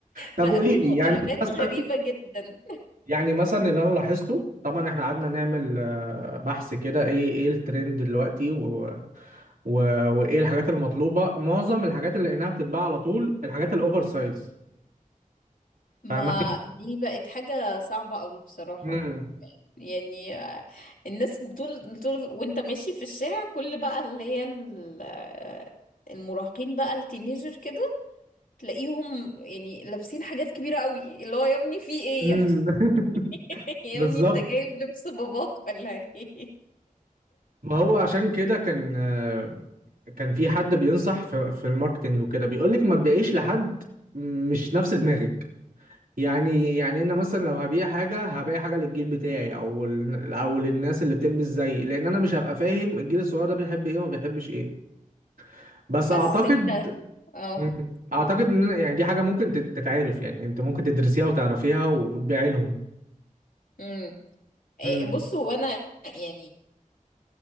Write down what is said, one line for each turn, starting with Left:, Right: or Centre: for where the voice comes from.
Right: طب
Left: بقى
Right: قولي
Left: في
Right: لي
Left: موديلات
Right: يعني مثلا
Left: غريبة جدا
Right: يعني مثلا اللي انا لاحظته طبعا احنا قعدنا نعمل آه، بحث كده ايه ايه الترند دلوقتي و... و... وايه الحاجات المطلوبه معظم الحاجات اللي لقيناها بتتباع على طول الحاجات الاوفر سايز
Left: ما
Right: فاهماني
Left: دي بقت حاجة صعبة قوي بصراحة
Right: مم.
Left: يعني آه، الناس طول طول وانت ماشي في الشارع كل بقى اللي هي ال- آه، المراهقين بقى التينيجر كده تلاقيهم يعني لابسين حاجات كبيرة قوي اللي هو يا ابني في ايه
Right: مم.
Left: يا ابني
Right: <laughs>
Left: <laughs> يا
Right: بالظبط
Left: ابني انت جايب لبس باباك ولا ايه
Right: ما هو عشان كده كان آه، كان في حد بينصح في في الماركتنج وكده بيقول لك ما تبيعيش لحد مش نفس دماغك يعني يعني انا مثلا لو هبيع حاجه هبيع حاجه للجيل بتاعي او ال- او للناس اللي بتلبس زيي لان انا مش هبقى فاهم الجيل الصغير ده بيحب ايه وما بيحبش ايه بس
Left: بس
Right: اعتقد
Left: انت اه
Right: مم. اعتقد
Left: قول
Right: ان انا يعني دي حاجه ممكن تت- تتعرف يعني انت ممكن تدرسيها وتعرفيها وتبيعي لهم
Left: امم إيه،
Right: امم
Left: بص هو انا يعني